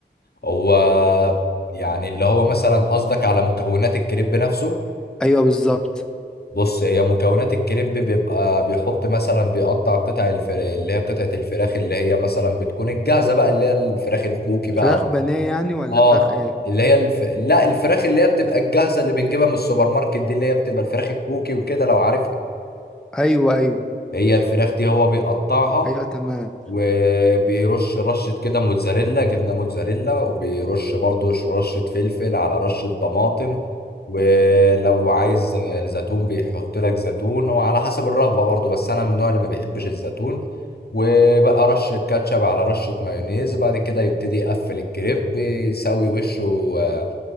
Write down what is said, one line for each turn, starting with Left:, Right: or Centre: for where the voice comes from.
Left: هو يعني اللي هو مثلا قصدك على مكونات الكريب نفسه
Centre: ايوه بالظبط
Left: بص هي مكونات الكريب بيبقى بيحط مثلا بيقطع قطع الفراخ اللي هي قطعة الفراخ اللي هي مثلا بتكون الجاهزة بقى اللي هي الفراخ الكوكي بقى
Centre: فراخ بانيه يعني ولا
Left: اه
Centre: فراخ ايه
Left: اللي هي الف... لا الفراخ اللي هي بتبقى الجاهزه اللي بنجيبها من السوبر ماركت دي اللي هي بتبقى الفراخ الكوكي وكده لو عارفها
Centre: ايوه ايوه
Left: هي الفراخ دي هو بيقطعها
Centre: ايوه تمام
Left: وبيرش رشة كده موتزاريلا جبنة موتزاريلا وبيرش برضو ش- رشة فلفل على رشة طماطم ولو عايز زيتون بيحط لك زيتون وعلى حسب الرغبة برضو بس أنا من النوع اللي ما بيحبش الزيتون وبقى رشة كاتشب على رشة مايونيز بعد كده يبتدي يقفل الكريب بيسوي وشه آه،